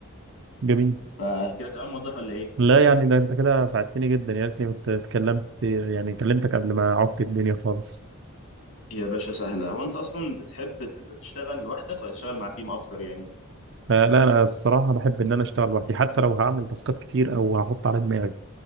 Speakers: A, on the right; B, on the left.
A: جميل
B: فكده تمام واضح ولا ايه
A: لا يعني ده انت كده ساعدتني جدا يا ريتني كنت اتكلمت يعني كلمتك قبل ما اعك الدنيا خالص
B: يا باشا سهلة هو انت اصلا بتحب ان انت تشتغل لوحدك ولا تشتغل مع تيم اكتر يعني
A: آه، لا انا الصراحه بحب ان انا اشتغل لوحدي حتى لو هعمل تاسكات كتير او هحط على دماغي